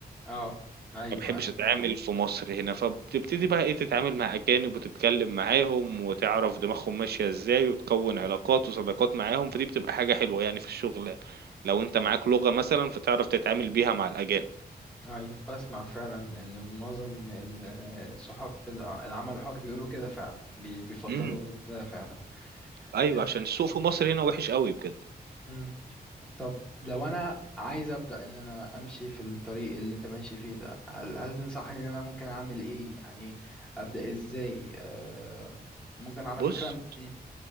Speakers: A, in the centre; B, on the right.
A: اه ايوه
B: ما باحبش
A: ايوه
B: أتعامل في مصر هنا، فبتبتدي بقى إيه، تتعامل مع أجانب وتتكلّم معاهم وتعرف دماغهم ماشية إزاي وتكوّن علاقات وصداقات معاهم، فدي بتبقى حاجة حلوة يعني في الشغل، يعني. لو أنت معاك لغة مثلًا فتعرف تتعامل بيها مع الأجانب.
A: ايوه بسمع فعلا ان معظم ال- الصحاب بالع- العمل الحر بيقولوا كده فعلا بي- بيفضلوا
B: إمم،
A: ده فعلا
B: أيوه،
A: إيه.
B: عشان السوق في مصر هنا وِحِش أوي بجد.
A: مم. طب لو انا عايز ابدا ان انا امشي في الطريق اللي انت ماشي فيه ده هل, هل تنصحني ان انا ممكن اعمل ايه يعني ابدا ازاي آه، ممكن على
B: بُص،
A: فكره مم.